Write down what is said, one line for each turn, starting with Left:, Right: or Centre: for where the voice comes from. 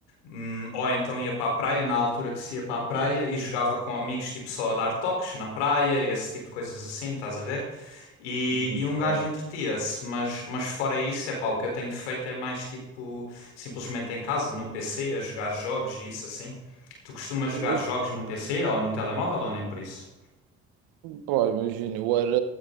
Left: Hum, ou então ia para a praia, na altura que se ia para a praia, e jogava com amigos, tipo só a dar toques na praia, esse tipo de coisas assim, estás a ver? E,
Right: muito
Left: e um gajo
Right: bom.
Left: entretia-se, mas, mas fora isso, é pá, o que eu tenho feito é mais tipo, simplesmente em casa, no PC, a jogar jogos e isso assim. Tu costumas jogar
Right: Eu-
Left: jogos no PC ou no telemóvel ou nem por isso?
Right: Pá, imagina, eu era,